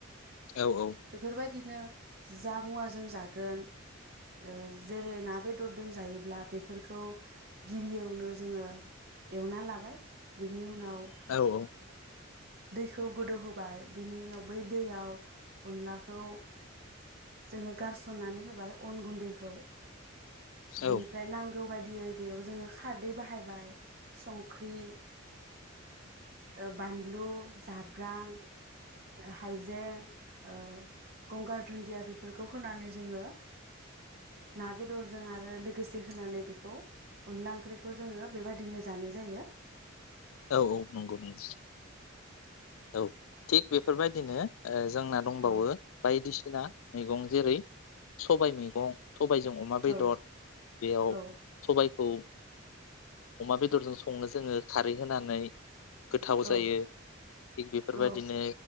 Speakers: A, on the left; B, on the right.
A: औ औ
B: बेफोरबायदि बिदिनो जा मुवाजों जागोन ओ जेरै ना बेदरजों जायोब्ला बेफोरखौ गिबियावनो जोङो एवनानै लाबाय बिनि उनाव <unintelligible>
A: औ
B: दैखौ गोदौ होब बाय बिनि उनाव बै दैयाव अनलाखौ जोङो गारसननानै होबाय अन गुन्दैखौ बिनिफ्राय
A: औ
B: नांगौ बायदि यै बेयाव जोङो खारै बाहायबाय संख्रि ओ बानलु बानलु जाब्रां हायजें ओ गंगार दुन्दिया बेफोरखौ होनानै जोङो ना बेदरजों आरो लोगोसे होनानै बेखौ अनला ओंख्रिखौ जोङो बेबायदिनो जानाय जायो
A: औ औ नंगौ नंगौ औ थिग बेफोरबायदिनो ओ जोंना दंबावो
B: औ
A: बायदिसिना मैगं जेरै सबाय मैगं सबायजों अमा बेदर
B: औ
A: बेयाव
B: औ
A: सबाइखौ अमा बेदरजों स संनो‌ जोङो खा रै होनानै गोथाव
B: औ
A: जायो थिग बेफोरबायदिनो
B: औ